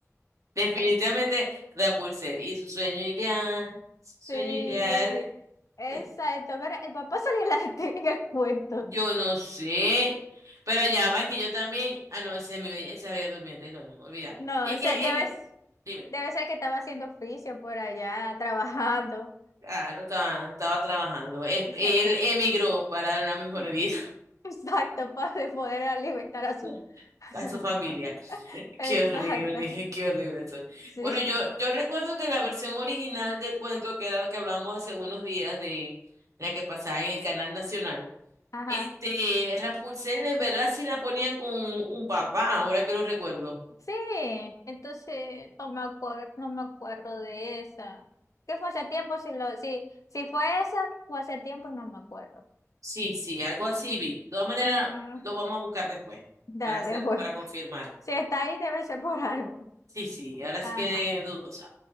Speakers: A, on the right; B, on the left.
A: definitivamente Rapunzel y su sueño ideal, su sueño
B: Sí.
A: ideal,
B: Exacto.
A: eh,
B: Pero el papá salió en <laughs> en el cuento.
A: yo no sé, pero ya va, es que yo también, ah, no, ese es mi bella, esa es Bella Durmiente, no, no, olvídalo.
B: No,
A: Es
B: o
A: que,
B: sea, debe,
A: en,
B: s-
A: dime,
B: debe ser que estaba haciendo oficio por allá, trabajando.
A: claro, estaba, estaba trabajando, Es-
B: No
A: él
B: sé.
A: emigró para una mejor
B: <laughs>
A: vida.
B: Exacto, para poder alimentar a su,
A: <laughs>
B: a
A: a
B: su-
A: su familia.
B: <laughs>
A: <laughs>
B: Exacto,
A: Qué horrible, dije, qué horrible soy.
B: sí.
A: Bueno, yo, yo recuerdo que la versión original del cuento, que era lo que hablamos hace unos días de la que pasaba en el canal nacional,
B: Ajá.
A: este, Rapunzel en verdad sí la ponían con un papá, ahora que lo recuerdo.
B: Sí, entonces no me acuerdo, no me acuerdo de esa. ¿Qué fue hace tiempo? Si, lo, si, si fue esa, fue hace tiempo y no me acuerdo.
A: Sí, sí, algo así vi. De todas maneras,
B: Mm,
A: lo vamos a buscar después
B: dale,
A: para hacer,
B: pues.
A: para confirmar.
B: Si está ahí, debe ser por algo.
A: Sí, sí, ahora sí
B: Ajá.
A: quedé dudosa.